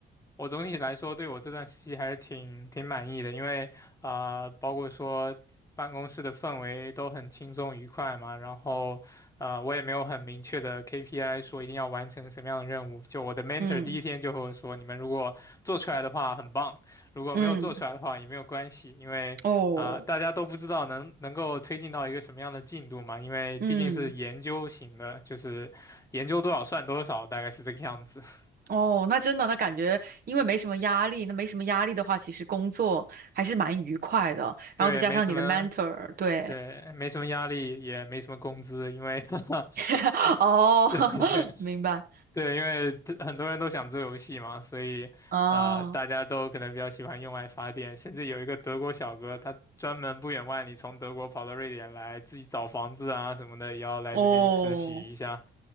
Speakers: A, on the left (about 15°); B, on the right (about 50°).
A: 我总体来说对我这段实习还是挺挺满意的，因为啊、呃包括说办公室的氛围都很轻松愉快嘛，然后呃，我也没有很明确的 KPI 说一定要完成什么样的任务，就我的 mentor
B: 嗯
A: 第一天就和我说，你们如果做出来的话很棒，如果没有做出来的话也没有关系，
B: 嗯嗯
A: 因为啊、
B: 哦，
A: 大家都不知道能能够推进到一个什么样的进度嘛，因为毕竟是研究型的，
B: 嗯。
A: 就是研究多少算多少，大概是这个样子。<laughs>
B: 哦，那真的，那感觉因为没什么压力，那没什么压力的话，其实工作还是蛮愉快的。
A: 对，
B: 然后再加上你的
A: 没什么，
B: mentor，对，
A: 对，没什么压力，也没什么工资，因为 <laughs>
B: <laughs> 哦，
A: 对对
B: <laughs> 明白，
A: 对，因为很多人都想做游戏嘛，所以呃，
B: 啊，
A: 大家都可能比较喜欢用爱发电，甚至有一个德国小哥，他专门不远万里从德国跑到瑞典来，自己找房子啊什么的，也要来这边实习一下。
B: 哦，